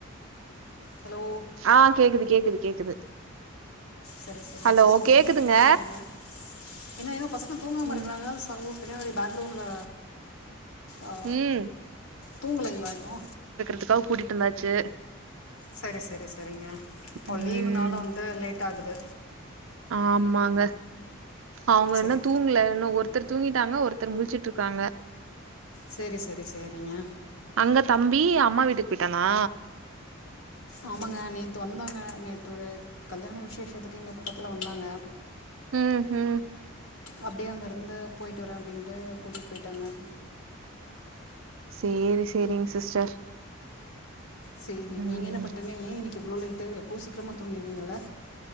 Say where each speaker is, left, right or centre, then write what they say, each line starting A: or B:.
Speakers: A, on the left (about 75°); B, on the right (about 65°).
A: ஹலோ
B: ஆ கேக்குது கேக்குது கேக்குது
A: சரி சரிங்க
B: ஹலோ
A: சிஸ்டர்
B: கேக்குதுங்க
A: என்ன பண்ணிட்ருக்கீங்க என்னா இன்னு பசங்க தூங்காம
B: ம்
A: இருக்குறாங்க சவு பின்னாடி பேக்ரவுண்ட்ல ஆ
B: ம்
A: தூங்கலைங்ளா இன்னு
B: அக்காவ கூட்டிட்டு வந்தாச்சு
A: சரி சரி சரிங்க ஓ
B: ம்
A: லீவுனால வந்து லேட்டாகுது
B: ஆமாங்க அவங்க
A: சரி
B: இன்னு தூங்ல இன்னு ஒருத்தர் தூங்கிட்டாங்னா ஒருத்தரு முழிச்சிட்ருக்காங்க
A: செரி செரி சேரிங்க
B: அங்க தம்பி அம்மா வீட்டுக் போயிட்டானா
A: ஆமாங்க நேத்து வந்தாங்க நேத்து ஒரு கல்யாண விசேஷத்துக்கு இங்க பக்கத்துல வந்தாங்க
B: உம் உம்
A: அப்டியே அங்கருந்து போயிட்டு வரே அப்டின்ட்டு கூட்டிட் போயிட்டாங்க
B: சேரி சேரிங்க சிஸ்டர்
A: சேரி
B: ம்
A: நீங்க என்ன பண்றீங்க ஏ இன்னைக்கி இவ்ளோ லேட்டு எப்பவு சீக்ரமா தூங்கிருவீங்கல்ல